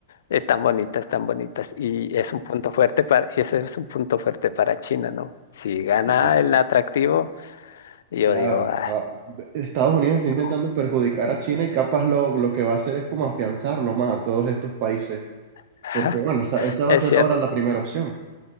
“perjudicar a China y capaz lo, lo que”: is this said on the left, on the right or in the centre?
Right